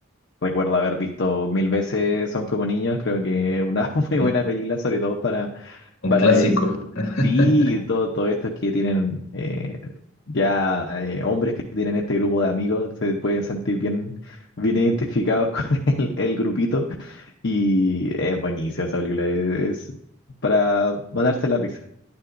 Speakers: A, on the left (about 55°); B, on the left (about 70°).
A: recuerdo haber visto mil veces Son como niños. Creo que es una <laughs> muy
B: Un
A: buena película, sobre todo para,
B: un
A: para
B: clásico.
A: es,
B: <laughs>
A: sí, todo, todo esto que tienen eh, ya eh, hombres que tienen este grupo de amigos se pueden sentir bien, bien identificados <laughs> con el, el grupito. Y es buenísima esa película. es es para matarse la risa.